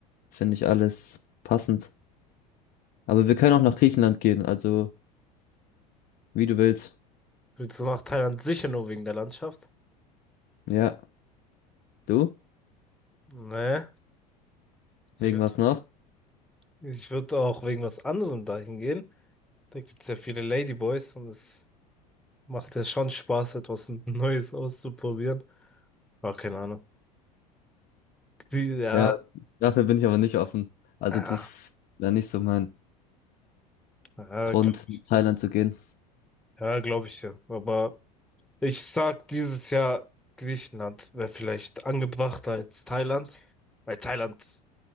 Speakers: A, on the left; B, in the centre.
A: finde ich alles passend. Aber wir können auch nach Griechenland gehen, also wie du willst.
B: Willst du nach Thailand sicher nur wegen der Landschaft?
A: Ja, du?
B: Nee. Ich
A: Wegen
B: würde
A: was noch?
B: ich würd auch wegen was anderem dahin gehen. Da gibt es ja viele Ladyboys und es macht ja schon Spaß, etwas Neues auszuprobieren. Ah, keine Ahnung. Wie, ja,
A: Ja, dafür bin ich aber nicht offen. Also
B: ja,
A: das wäre nicht so mein
B: ja,
A: Grund,
B: glaube
A: nach Thailand
B: ich.
A: zu gehen.
B: Ja, glaube ich ja. Aber ich sag dieses Jahr Griechenland wäre vielleicht angebrachter als Thailand. Weil Thailand,